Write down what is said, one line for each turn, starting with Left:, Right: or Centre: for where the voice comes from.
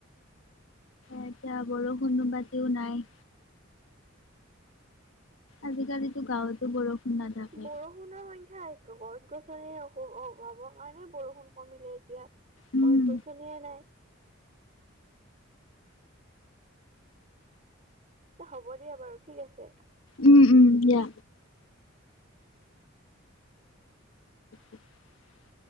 Left: এতিয়া বৰষুণ পাতিও নাই। আজিকালিতো গাঁৱতো বৰষুণ। নাথাকে
Right: বৰষুণৰ সংখ্যাই। গছ গছনি অসু অভাৱৰ কাৰণে বৰষুণ কমিলে এতিয়া।
Left: উম
Right: গছ গছনিয়ে নাই। হ'ব দিয়া বাৰু ঠিক আছে।
Left: উম উম দিয়া। উ <inaudible>